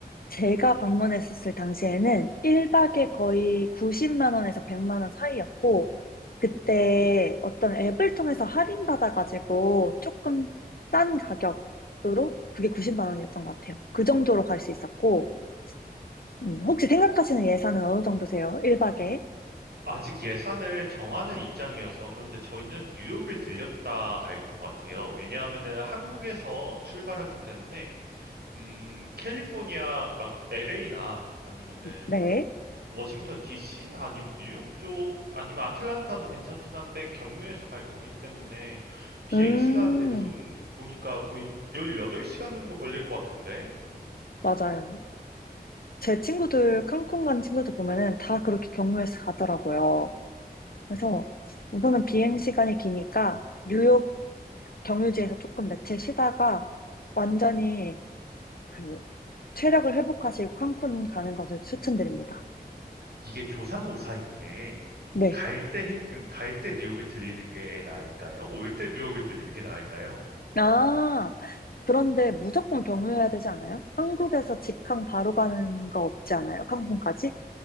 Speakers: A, on the left (about 60°); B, on the right (about 70°).
A: 제가 방문했었을 당시에는 1박에 거의 90만 원에서 100만 원 사이였고, 그때 어떤 앱을 통해서 할인받아가지고 조금 싼 가격으로 그게 90만 원이었던 것 같아요. 그 정도로 갈 수 있었고, 음, 혹시 생각하시는 예산은 어느 정도세요? 1박에?
B: 아직 예산을 정하는 입장이어서 그런데 저희는 뉴욕을 들렸다 갈 것 같아요. 왜냐하면은 한국에서 출발하기 때문에 음, 캘리포니아 막 LA나 아니면은
A: 네.
B: 워싱턴 DC 아니면 뉴욕 쪽 아니면 아틀란타도 괜찮긴 한데 경유해서 갈 거기 때문에 비행
A: 음,
B: 시간 대충 보니까 거의 18시간 정도 걸릴 것 같은데.
A: 맞아요. 제 친구들, 칸쿤 간 친구들 보면은 다 그렇게 경로에서 가더라고요. 그래서 우선은 비행 시간이 기니까 뉴욕 경유지에서 조금 며칠 쉬다가 완전히 그 체력을 회복하시고 칸쿤 가는 것을 추천드립니다.
B: 이게 조삼모사인 게
A: 네.
B: 갈 때 힘, 음, 갈때 뉴욕이 들리는 게 나을까요? 올 때 뉴욕이 들리는 게 나을까요?
A: 아, 그런데 무조건 경유해야 되지 않아요? 한국에서 직항 바로 가는 거 없지 않아요? 칸쿤까지?